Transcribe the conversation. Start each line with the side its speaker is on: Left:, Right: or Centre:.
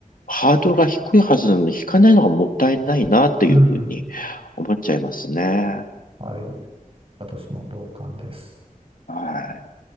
Left: ハードルが低いはずなのに、引かないのがもったいないなっていうふうに思っちゃいますね。
Right: うん、はい、私も同感です。
Left: はい。